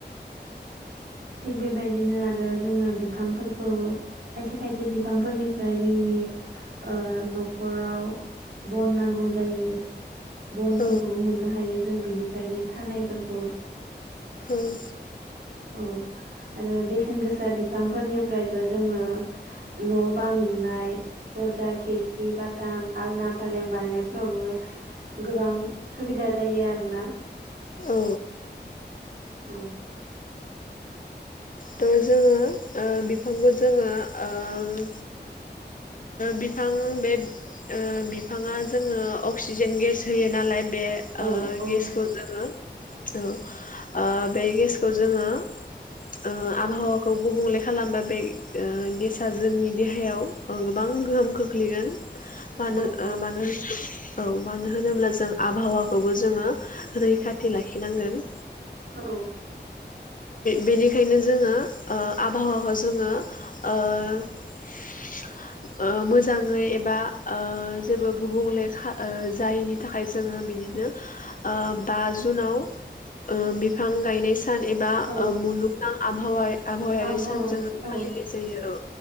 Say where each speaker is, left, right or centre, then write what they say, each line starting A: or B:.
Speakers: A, on the right (about 65°); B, on the left (about 50°).
A: थिग बेबायदिनो आरो जोङो बिफांफोरखौ खायसे खायसे बिफांफोरनिफ्राय जोंनि ओ न'खराव बन नांगौ जायो। बनफोरखौबो
B: औ
A: मोननो हायो जों। बिनिफ्रायनो थानायफोरखौ
B: उम।
A: औ आरो बेसेन गोसा बिफांफोरनिफ्रायबो जोङो न' बां लुनाय दरजा खिरखि बाथाम आलना फालें बानायनायफोरावबो गोबां सुबिदा जायो आरोना
B: औ
A: औ।
B: थ' जोङो ओ बिफांखौ जोङो ओ-ओ बिफां बे ओ बिफाङा जोंनो अक्सिजेन गेस होयो नालाय बे ओ
A: औ औ
B: गेसखौ जोङो औ ओ बे गेसखौ जोङो ओ आबहावाखौ गुबुंले खालामबा बे ओ गेसा जोंनि देहायाव गोबां गोहोम खोख्लैगोन। मानो
A: औ
B: ओ
A: औ
B: मानो औ मानो होनोब्ला जों आबहावाखौबो जोङो रैखाथि लाखिनांगोन।
A: औ।
B: बेनिखायनो जोङो ओ आबहावाखौ जोङो ओ -ओ मोजाङै एबा ओ जेबो गुबुंले खा ओ जायिनि थाखाय जोङो बिदिनो ओ बा जुनाव ओ बिफां गायनाय सा सान एबा
A: औ
B: ओ मुलुगनां आबहावा आबहावायारि
A: आबहावा
B: सान जोङो फालिनाय
A: औ
B: जायो औ